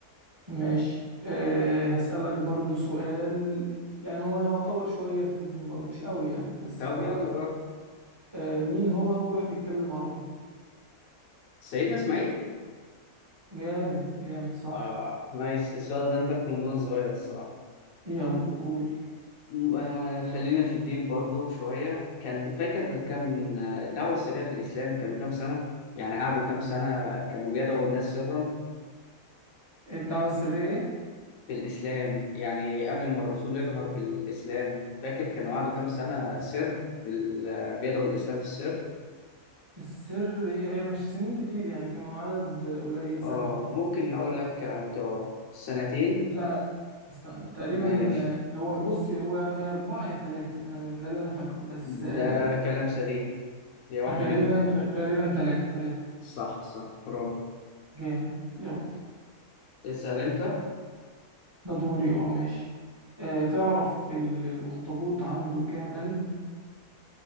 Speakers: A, on the right; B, on the left.
A: ماشي أه هسألك برضو سؤال يعني هو يعتبر شوية في الدين بقى مش قوي يعني بس
B: طب
A: هو
B: يلا جرب
A: أه مين هو أول واحد يتكلم عربي
B: سيدنا إسماعيل
A: جامد جامد صح
B: آه نايس السؤال ده أنا فاكره من وأنا صغير الصراحة
A: يلا قول
B: م- آه خلينا في الدين برضو شوية كان فاكر كم آه، الدعوة السرية في الإسلام كانوا كام سنة؟ يعني قعدوا كام سنة كانوا بيدعوا الناس سرا
A: الدعوة السرية إيه؟
B: في الإسلام يعني قبل ما الرسول يجهر بالإسلام فاكر كان وعده كام سنة سر بال- بيدعو الإسلام في السر
A: السر هي هي مش سنين كتير يعني كانوا عدد قليل
B: آه
A: ثانية
B: ممكن أقول لك اختيارات سنتين
A: لا لا استنى تقريبا
B: ماشي
A: آه، هو بص هو يا أربعة يا تلاتة أنا ده اللي أنا فاكره بس
B: ده
A: آه،
B: كلام سليم هي واحدة
A: غالبا
B: منهم
A: غالبا تلاتة تلاتة
B: صح صح برافو
A: جامد يلا
B: اسأل أنت
A: ده دوري اه ماشي آه، تعرف ال- الأخطبوط عنده كام قلب